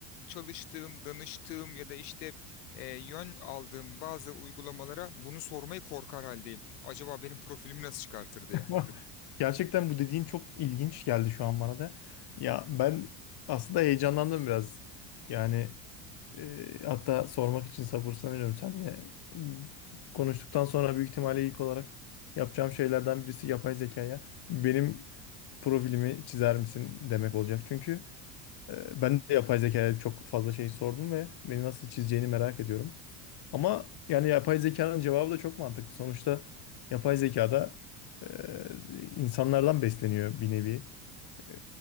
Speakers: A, on the left; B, on the left.
A: çalıştığım, danıştığım ya da işte eee, yön aldığım bazı uygulamalara bunu sormayı korkar haldeyim. Acaba benim profilimi nasıl çıkartır diye.
B: <laughs> Gerçekten bu dediğin çok ilginç geldi şu an bana da. Ya ben aslında heyecanlandım biraz. Yani e, hatta sormak için sabırsızlanıyorum. Sen de konuştuktan sonra büyük ihtimalle ilk olarak yapacağım şeylerden birisi yapay zekaya benim profilimi çizer misin demek olacak. Çünkü e, ben de yapay zekaya çok fazla şey sordum ve beni nasıl çizeceğini merak ediyorum. Ama yani yapay zekanın cevabı da çok mantıklı. Sonuçta yapay zekada e, insanlardan besleniyor bir nevi. E,